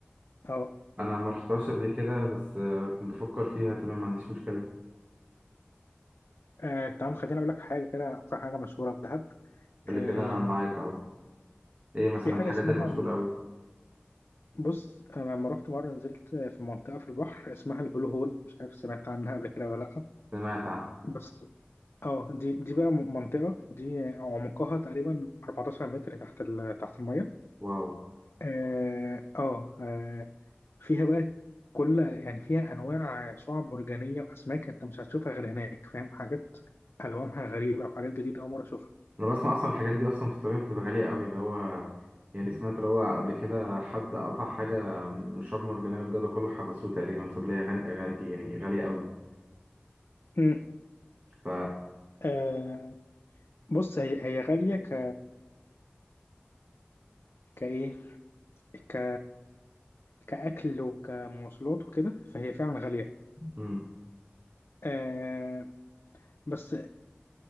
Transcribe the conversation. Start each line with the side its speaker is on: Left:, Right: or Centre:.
Left: اه
Right: انا ما رحتهاش قبل كده بس آه، كنت بفكر فيها تمام ما عنديش مشكله
Left: آه، تمام خليني اقول لك حاجه كده اكتر حاجه مشهوره في دهب
Right: قول
Left: آه
Right: لي كده انا معاك اهو ايه مثلا
Left: في حاجه
Right: الحاجات
Left: اسمها
Right: المشهوره قوي
Left: بص انا لما رحت مره نزلت في منطقه في البحر اسمها البلو هول مش عارف سمعت عنها قبل كده ولا لا
Right: سمعت عنها
Left: بس اه دي دي بقى منطقه دي عمقها تقريبا 14 متر تحت ال... تحت الميه
Right: واو
Left: اه اه آه، فيها بقى كل يعني فيها انواع شعاب مرجانيه واسماك انت مش هتشوفها غير هناك فاهم حاجات الوانها غريبه وحاجات جديده اول مره اشوفها
Right: انا بسمع اصلا الحاجات دي اصلا في الطبيعي بتبقى غاليه قوي اللي هو يعني سمعت اللي هو قبل كده حد قطع حاجه من الشعاب المرجانيه والجدع كله حبسوه تقريبا بسبب لها غال... غال... يعني غاليه قوي
Left: امم
Right: ف
Left: آه بص هي هي غاليه ك كايه ك كأكل وكمواصلات وكده فهي فعلا غالية
Right: مم.
Left: آه بس